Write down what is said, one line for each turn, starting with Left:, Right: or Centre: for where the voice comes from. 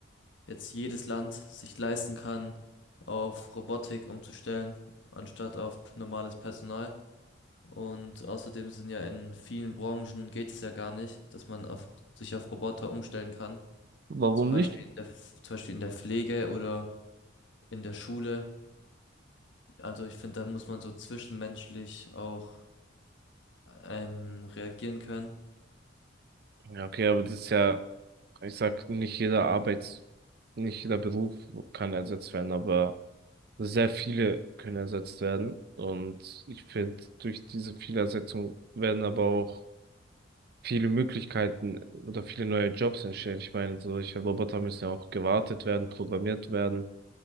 Left: jetzt jedes Land sich leisten kann, auf Robotik umzustellen, anstatt auf p- normales Personal. Und außerdem sind ja in vielen Branchen geht es ja gar nicht, dass man auf, sich auf Roboter umstellen kann.
Right: Warum
Left: Zum Beispiel
Right: nicht?
Left: in der, F- zum Beispiel in der Pflege oder in der Schule. Also ich finde, da muss man so zwischenmenschlich auch ähm, reagieren können.
Right: Ja, okay, aber das ist ja, ich sag, nicht jeder Arbeits, nicht jeder Beruf kann ersetzt werden, aber sehr viele können ersetzt werden. Und ich finde, durch diese Vielersetzung werden aber auch viele Möglichkeiten oder viele neue Jobs entstehen. Ich meine, solche Roboter müssen ja auch gewartet werden, programmiert werden